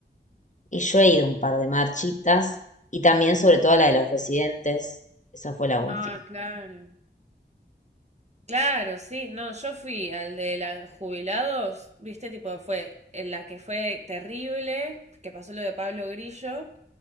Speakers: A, on the left; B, on the right.
A: Y yo he ido a un par de marchitas y también sobre todo a la de los residentes. Esa fue la última.
B: Ah, <laughs> claro. Claro, sí, no, yo fui al de los jubilados, viste, tipo, fue en la que fue terrible, que pasó lo de Pablo Grillo,